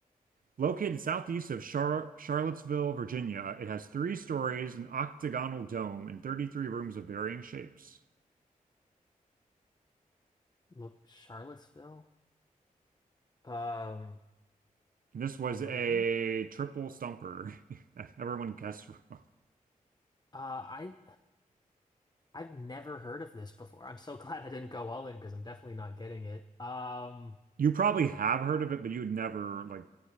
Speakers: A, on the right; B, on the left.
A: Located southeast of Char Charlottesville, Virginia, it has three stories, an octagonal dome, and 33 rooms of varying shapes.
B: Look, Charlottesville? Um,
A: And this was
B: Lynn?
A: a triple stumper. <laughs> Everyone guessed wrong.
B: Uh, I I've never heard of this before. I'm so <laughs> glad I didn't go all in because I'm definitely not getting it. Um,
A: You probably have heard of it, but you'd never like